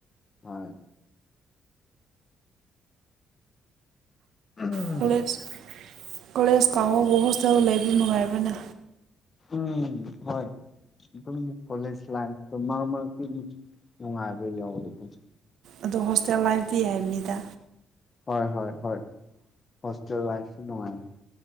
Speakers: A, on the left; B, on the right.
A: ꯍꯣꯏ ꯎꯝ
B: ꯀꯣꯂꯦꯖ ꯀꯣꯂꯦꯖ ꯀꯥꯕꯕꯨ ꯍꯣꯁꯇꯦꯜ ꯂꯩꯕ ꯅꯨꯡꯉꯥꯏꯕ꯭ꯔꯅꯦ
A: ꯎꯝ ꯍꯣꯏ ꯑꯗꯨꯝ ꯀꯣꯂꯦꯖ ꯂꯥꯏꯐ ꯇꯣ ꯃꯔꯛ ꯃꯔꯛꯇꯗꯤ ꯅꯨꯉꯥꯏꯕ ꯌꯥꯎꯋꯤꯗ
B: ꯑꯗꯣ ꯍꯣꯁꯇꯦꯜ ꯂꯥꯏꯐꯗꯤ ꯍꯥꯏꯕꯅꯤꯗ
A: ꯍꯣꯏ ꯍꯣꯏ ꯍꯣꯏ ꯍꯣꯁꯇꯦꯜ ꯂꯥꯏꯐꯁꯨ ꯅꯨꯡꯉꯥꯏ